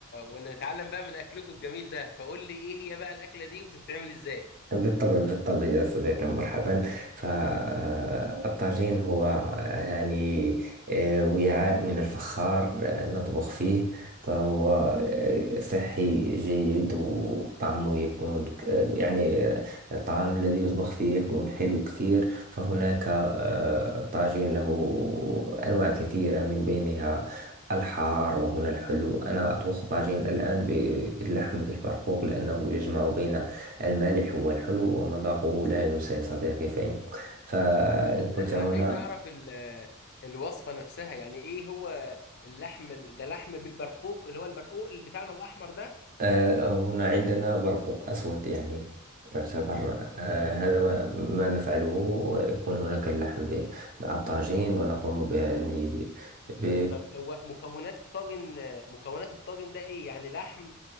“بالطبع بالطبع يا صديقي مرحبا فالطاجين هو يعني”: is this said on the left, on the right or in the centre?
Right